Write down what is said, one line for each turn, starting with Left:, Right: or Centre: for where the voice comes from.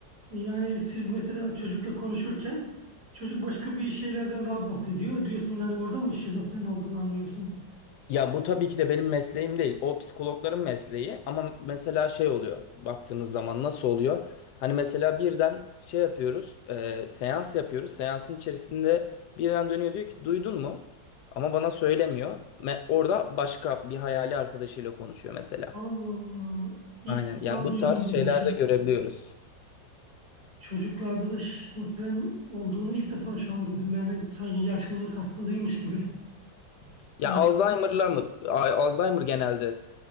Right: Yani siz mesela çocukla konuşurken çocuk başka bir şeylerden daha bahsediyor. Diyorsunuz hani orada mı şizofren olduğunu anlıyorsun.
Left: Ya bu tabii ki de benim mesleğim değil. O psikologların mesleği. Ama mesela şey oluyor. Baktığınız zaman nasıl oluyor? Hani mesela birden şey yapıyoruz. e, seans yapıyoruz. Seansın içerisinde birden dönüyor diyor ki duydun mu? Ama bana söylemiyor. Me- orada başka bir hayali arkadaşıyla konuşuyor mesela.
Right: Allah Allah. İlk
Left: Aynen.
Right: defa
Left: Yani bu
Right: duydum
Left: tarz şeyler
Right: böyle bir şey.
Left: de görebiliyoruz.
Right: Çocuklarda da şizofren olduğunu ilk defa şu an duydum. Yani sanki yaşlılık hastalığıymış gibi.
Left: Ya
Right: Ee,
Left: Alzheimer'la mı? A- Alzheimer genelde